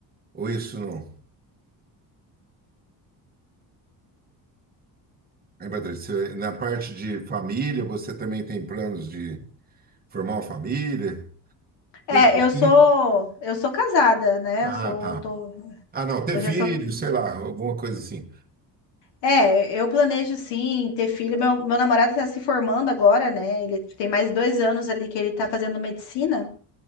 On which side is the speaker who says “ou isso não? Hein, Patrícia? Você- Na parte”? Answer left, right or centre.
Right